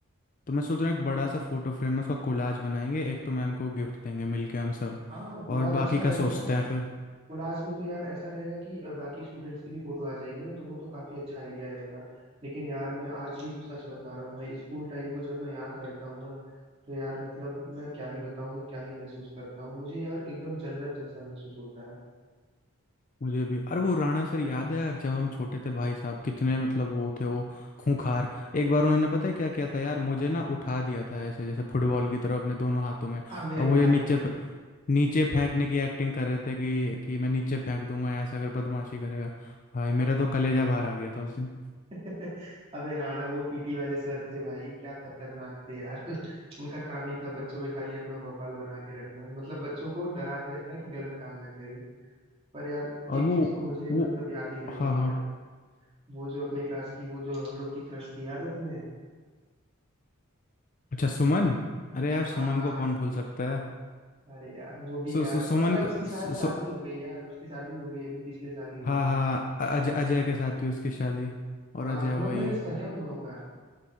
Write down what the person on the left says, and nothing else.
तो मैं सोच रहा हूँ एक बड़ा सा फोटो फ्रेम में उसका कोलाज बनाएंगे एक तो मैम को गिफ्ट देंगे मिलके हम सब
और
बाकी का
सोचते हैं फिर
मुझे भी अरे वो राणा सर याद है यार जब हम छोटे थे भाई साहब कितने मतलब वो थे वो खूंखार एक बार उन्होंने पता है क्या किया था यार मुझे ना उठा दिया था ऐसे जैसे फुटबॉल की तरह अपने दोनों हाथों में
और मुझे
नीचे फ- नीचे फेंकने की एक्टिंग कर रहे थे कि कि मैं नीचे फेंक दूंगा यहाँ से अगर बदमाशी करेगा भाई मेरा तो कलेजा बाहर आ गया था उस दिन
और
वो
वो
हाँ
हाँ
अच्छा सुमन अरे यार
सुमन
को कौन
भूल सकता है
सु,
सु, सुमन
क-
सु,
सु,
हाँ
हाँ अ- अजय अजय के साथ हुई उसकी शादी और
अजय
वही